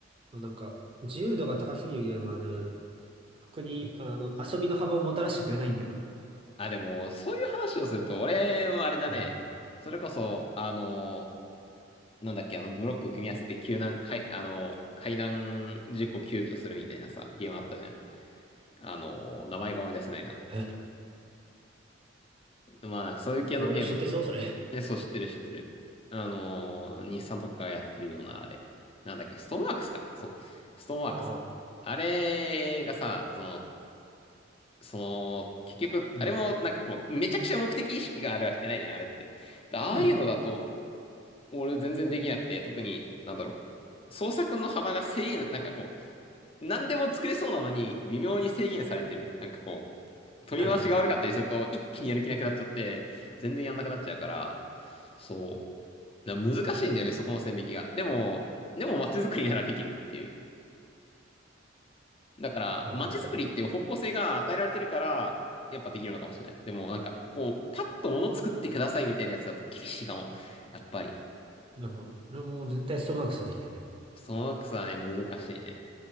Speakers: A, on the right; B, on the left.
A: まあ、なんか、自由度が高すぎるゲームはね、特に、あの、遊びの幅をもたらしてくれないんだよね。
B: あ、でも、そういう話をすると、俺はあれだね。
A: うん。
B: それこそ、あのなんだっけ、あの、ブロック組み合わせて救難、かい、あの、海難事故救助するみたいなさ、ゲームあったじゃん。あの、名前が思い出せないな。
A: え、
B: まあ、なんかそういう系のゲーム。
A: それを知ってそうそれ。
B: え、そう、知ってる、知ってる。あの、日産とかがやってるような、あれ。なんだっけ、ストーンワークスか。そう。ストーンワークス。
A: ああ。
B: あれがさ、その、その、結局、
A: うん。
B: あれもなんかこう、めちゃくちゃ目的意識があるわけじゃないじゃん、あれって。でああいうのだと、
A: うん。
B: 俺全然できなくて、特に、なんだろう。創作の幅が制限、なんかこう、何でも作れそうなのに微妙に制限されてる。なんかこう、取り回しが悪かったりすると一気にやる気なくなっちゃって、
A: あるね。
B: 全然やんなくなっちゃうから、そう。なんか難しいんだよね、そこの線引きが。でも、でも街づくりならできるっていう。だから、
A: もう
B: 街づくりっていう方向性が与えられてるから、やっぱできるのかもしれない。でもなんか、こう、パッと物作ってくださいみたいなやつだと厳しいかも。やっぱり。
A: ね、なんか、俺もう絶対ストマークしかできない。
B: そのくさね、難しいね。